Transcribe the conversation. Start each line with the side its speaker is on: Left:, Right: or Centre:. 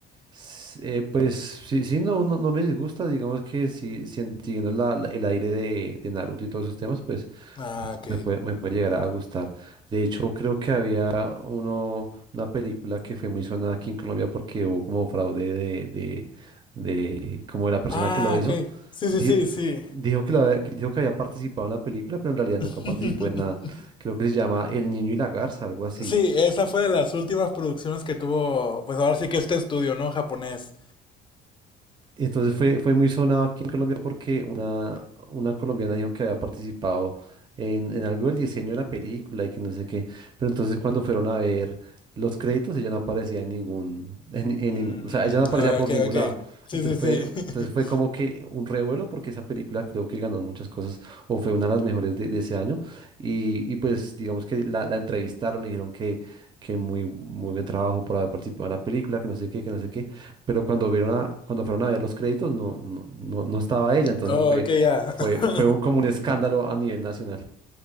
Right: S- eh, pues sí, sí, no, no, no me disgusta, digamos que si, si en- siguiendo la- la- el aire de, de Naruto y todos esos temas, pues
Left: Ah, ok.
Right: me puede, me puede llegar a gustar. De hecho, creo que había uno, una película que fue muy sonada aquí en Colombia porque hubo como fraude de, de, de como de la persona
Left: Ah,
Right: que lo hizo.
Left: ok. Sí,
Right: Di-
Left: sí, sí, sí.
Right: dijo que, la había- que dijo que había participado en la película, pero en realidad nunca
Left: <laughs>
Right: participó en nada. Creo que se llama El Niño y la Garza, algo así.
Left: Sí, esa fue de las últimas producciones que tuvo, pues ahora sí que este estudio, ¿no? Japonés.
Right: Entonces fue, fue muy sonado aquí en Colombia porque una, una colombiana dijo que había participado en, en algo del diseño de la película y que no sé qué. Pero entonces cuando fueron a ver los créditos, ella no aparecía en ningún, en, en
Left: Mm,
Right: ningún- o sea, ella no aparecía
Left: ah,
Right: por
Left: ok,
Right: ningún
Left: ok.
Right: lado.
Left: Sí,
Right: Entonces
Left: sí, sí.
Right: fue,
Left: <laughs>
Right: entonces fue como que un revuelo porque esa película creo que ganó muchas cosas o fue una de las mejores de, de ese año. Y, y pues digamos que la, la entrevistaron, le dijeron que, que muy, muy buen trabajo por haber participado en la película, que no sé qué, que no sé qué pero cuando vieron a, cuando fueron a ver los créditos no, no, no, no estaba ella, entonces
Left: Oh,
Right: fue,
Left: ok, ya.
Right: fue,
Left: <laughs>
Right: fue un- como un escándalo a nivel nacional.